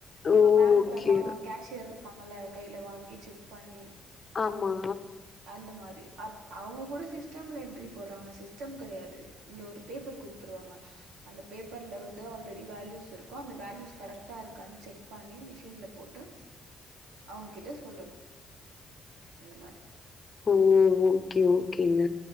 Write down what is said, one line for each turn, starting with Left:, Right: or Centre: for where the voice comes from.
Left: ஓ
Right: இப்ப பேங்க்ல
Left: ஓகே
Right: எல்லா கேஷியர் இரு வப்பாங்கள கையில வாங்கி செக் பண்ணி
Left: ஆமா
Right: அந்த மாதிரி அப் அவுங்க கூட சிஸ்டம்ல என்ட்ரி போடுறாங்க சிஸ்டம் கெடையாது இங்கே ஒரு பேப்பர் கொடுத்துருவாங்க அந்த பேப்பர்ல வந்து ஆல்ரெடி வேல்யூஸ் இருக்கும் அந்த வேல்யூஸ் கரெக்டா இருக்கான்னு செக் பண்ணி மிஷின்ல போட்டு அவுங்க கிட்ட சொல்லனும் அந்த மாதிரி
Left: ஓ ஓகே ஓகேங்க